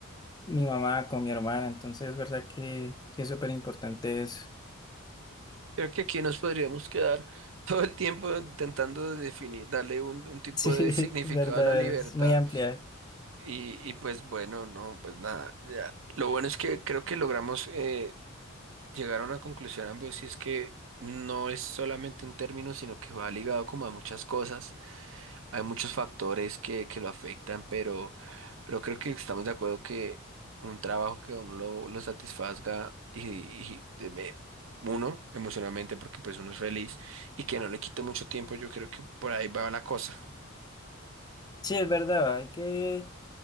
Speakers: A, on the left (about 20°); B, on the right (about 65°).
A: mi mamá, con mi hermana, entonces es verdad que, que es súper importante eso. <laughs>
B: Creo que aquí nos podríamos quedar todo el tiempo intentando definir, darle un, un tipo
A: Sí, es
B: de significado
A: verdad,
B: a la libertad
A: es muy amplia.
B: y, y pues bueno, no, pues nada, ya. Lo bueno es que creo que logramos eh, llegar a una conclusión ambos y es que no es solamente un término, sino que va ligado como a muchas cosas. Hay muchos factores que, que lo afectan, pero, pero creo que estamos de acuerdo que un trabajo que a uno lo, lo satisfazga y, y de- me- uno emocionalmente porque pues uno es feliz y que no le quite mucho tiempo, yo creo que por ahí va la cosa.
A: Sí, es verdad, hay que